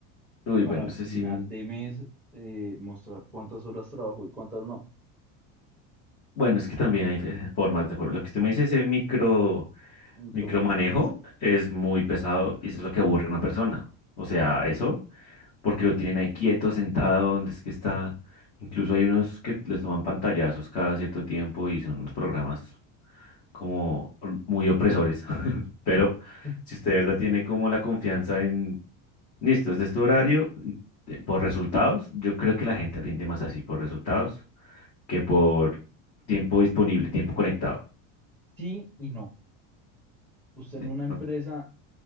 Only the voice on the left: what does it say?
Uy,
bueno,
no sé
si...
Bueno, es que también hay fe- formas de... for- Lo que usted me dice, ese micro,
micromanejo es muy pesado y eso es lo que aburre a una persona. O sea, eso porque lo tienen ahí quieto, sentado, donde es que está. Incluso hay unos que les toman pantallazos cada cierto tiempo y son unos programas como muy opresores. <laughs> Pero
si usted de verdad tiene como la confianza en, listo, este es tu horario, y te- por resultados, yo creo que la gente rinde más así por resultados que por tiempo disponible, tiempo conectado.
De-
o-